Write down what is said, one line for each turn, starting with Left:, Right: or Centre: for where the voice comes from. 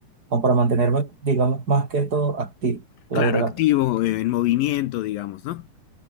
Right: Como para mantenerme, digamos, más que todo activo, la
Left: Claro,
Right: verdad.
Left: activo, eh, en movimiento, digamos, ¿no?